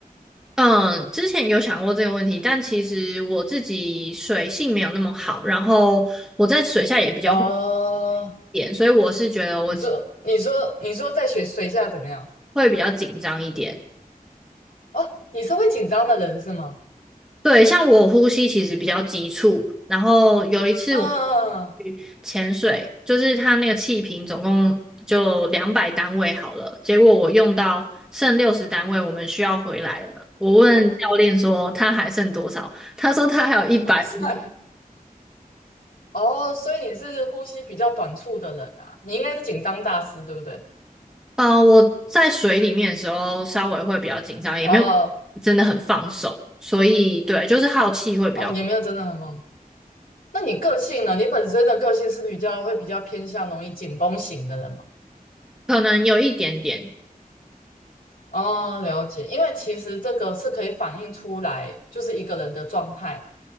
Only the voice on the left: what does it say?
哦，
你说你说你说在水水下怎么样？
哦，你是会紧张的人是吗？
嗯，
哇
哇塞，哦，所以你是呼吸比较短促的人啊，你应该是紧张大师，对不对？
哦，
哦，也没有真的很忙。那你个性呢？你本身的个性是比较会比较偏向容易紧绷型的人吗？
哦，了解，因为其实这个是可以反映出来，就是一个人的状态。